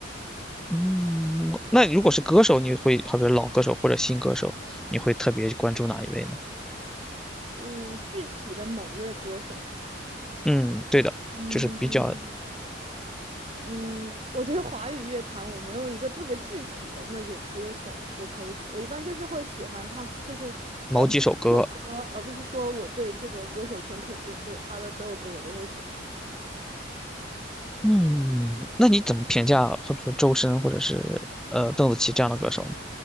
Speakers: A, in the centre; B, on the right (about 35°).
A: 嗯，那如果是歌手，你会，好比如老歌手或者新歌手，你会特别关注哪一位呢？
B: 嗯，具体的某一位歌手吗？
A: 嗯，对的，
B: 嗯
A: 就是比较
B: 嗯，我觉得华语乐坛我没有一个特别具体的那种歌手，我可以喜，我一般就是会喜欢他，就是呃某一首歌，
A: 某几首歌。
B: 而不是说我对这个歌手全肯定，就是他的所有歌我都会喜欢。
A: 嗯，那你怎么评价，好比说周深或者是呃邓紫棋这样的歌手呢？